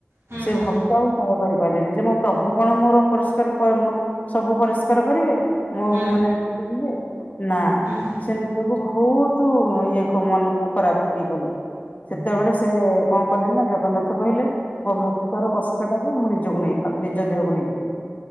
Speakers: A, on the right; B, on the left.
A: ହୁଁ
B: ସେ
A: ହୁଁ ହୁଁ
B: ଭକ୍ତ ଆଉ ସହ୍ୟ କରିପାରିଲେନି ଯେ ମୋ ପ୍ରଭୁ କଣ ମୋର ପରିଷ୍କାର ସବୁ ପରିଷ୍କାର କରିବେ ମୋ
A: ହୁଁ
B: ମାନେ ଯେତିକି ନା
A: ହୁଁ
B: ସେ ନିଜକୁ ବହୁତୁ ଇଏ କ ମନକୁ ଖରାପ ଇଏ କଲେ। ସେତେବେଳେ ସେ କଣ କଲେ ନା ଜଗନ୍ନାଥ କହିଲେ ମୋ ଭକ୍ତର କଷ୍ଟ ଟାକୁ ମୁଁ ନିଜକୁ ନେଇପାରି ନିଜ ଦେହକୁ ନେଇଯିବି।